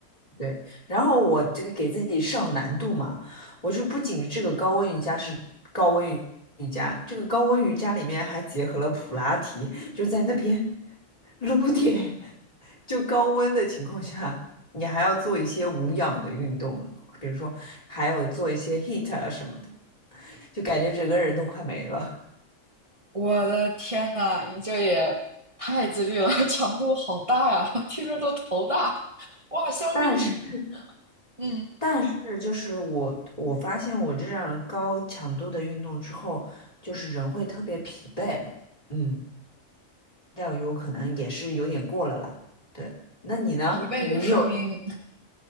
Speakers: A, on the left; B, on the right.
A: 对，然后我这个给自己上难度嘛，我就不仅这个高温瑜伽是高温瑜瑜伽，这个高温瑜伽里面还结合了普拉提，就在那边撸铁，就高温的情况下，你还要做一些无氧的运动，比如说还有做一些 HIIT 啊什么的，就感觉整个人都快没了。
B: 我的天呐，你这也太自律了，<laughs> 强度好大呀，听着都头大。哇，相比你，
A: 但是
B: 嗯，
A: 但是就是我我发现我这样高强度的运动之后，就是人会特别疲惫，嗯，但有可能也是有点过了啦。对，那你呢？
B: 疲惫就说明
A: 你有